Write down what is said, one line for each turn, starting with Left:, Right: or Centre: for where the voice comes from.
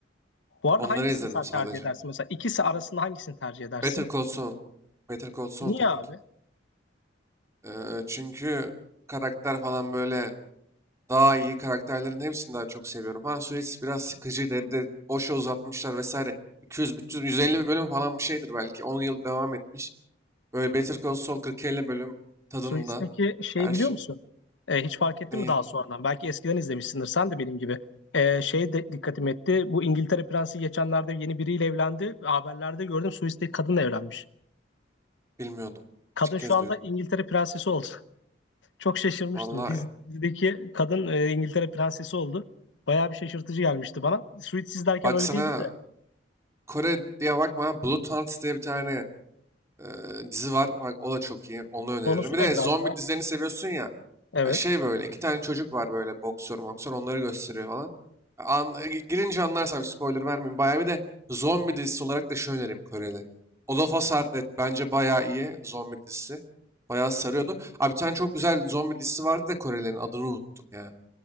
Left: Bu arada
Right: Onları
Left: hangisini
Right: izledim
Left: sen
Right: sadece.
Left: tercih edersin? Mesela ikisi arasında hangisini tercih edersin?
Right: Better Call Saul. Better Call Saul
Left: Niye
Right: tabii
Left: abi?
Right: ki. Ee, çünkü karakter falan böyle daha iyi. Karakterlerin hepsini daha çok seviyorum. Ha Suits biraz sıkıcıydı. Bir de boşa uzatmışlar vesaire. 200, 300, 150 bölüm falan bir şeydir belki. 10 yıl devam etmiş. Böyle Better Call Saul 40-50 bölüm tadında.
Left: Suits'teki şeyi
Right: Her
Left: biliyor
Right: şey.
Left: musun? E, hiç fark ettin
Right: Neyi?
Left: mi daha sonradan? Belki eskiden izlemişsindir sen de benim gibi. E, şey de dikkatimi etti. Bu İngiltere Prensi geçenlerde yeni biriyle evlendi. Haberlerde gördüm Suits'teki kadınla evlenmiş.
Right: Bilmiyordum.
Left: Kadın
Right: İlk
Left: şu
Right: kez
Left: anda
Right: duydum.
Left: İngiltere Prensesi oldu. Çok şaşırmıştım.
Right: Vallahi.
Left: Dizideki kadın e, İngiltere prensesi oldu. Bayağı bir şaşırtıcı gelmişti bana. Suits izlerken
Right: Baksana
Left: öyle değildi de.
Right: Kore diye bakma. Blood Hunt diye bir tane e, dizi var. Bak o da çok iyi. Onu öneririm.
Left: Konusu
Right: Bir de
Left: ne biraz
Right: zombi
Left: daha?
Right: dizilerini seviyorsun ya.
Left: Evet.
Right: e, Şey böyle iki tane çocuk var böyle boksör boksör onları gösteriyor falan. An, e, girince anlarsam spoiler vermeyeyim. Bayağı bir de zombi dizisi olarak da şu önerim Koreli. All of Us Are Dead bence bayağı iyi zombi dizisi. Bayağı sarıyordu. Abi bir tane çok güzel zombi dizisi vardı da Korelilerin adını unuttum ya.